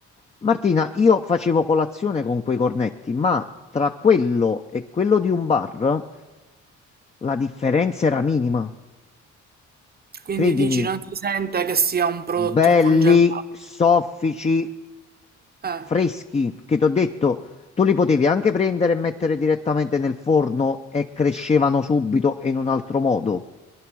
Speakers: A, on the left; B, on the right.
A: Martina, io facevo colazione con quei cornetti, ma tra quello e quello di un bar la differenza era minima.
B: Quindi
A: Credimi,
B: dici, non si sente che sia un prodotto
A: belli,
B: congelato.
A: soffici,
B: Eh,
A: freschi che ti ho detto, tu li potevi anche prendere e mettere direttamente nel forno e crescevano subito e in un altro modo.